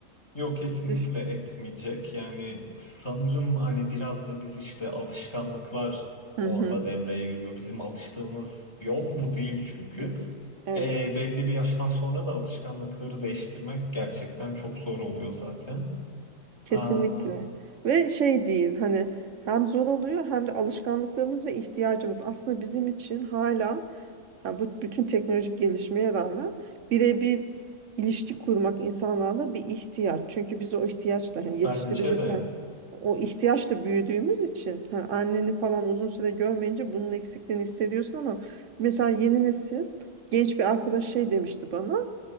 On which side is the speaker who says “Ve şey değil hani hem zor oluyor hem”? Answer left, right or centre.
Right